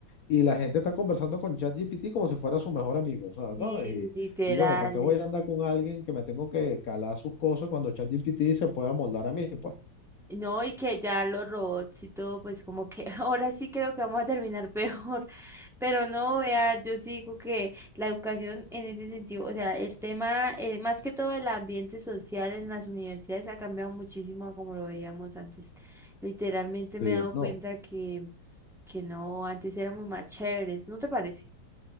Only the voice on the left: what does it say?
y la gente está conversando con ChatGPT como si fuera su mejor amigo, o sea,
¿sabes?
Y, y bueno, ¿para qué voy
a andar con alguien que me tengo que calar sus cosas cuando ChatGPT se pueda moldar a mí? Pues
sí,
no,